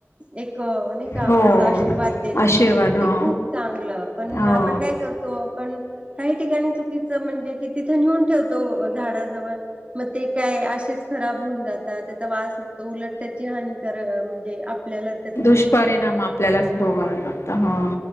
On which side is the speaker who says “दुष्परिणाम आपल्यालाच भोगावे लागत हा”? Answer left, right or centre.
Left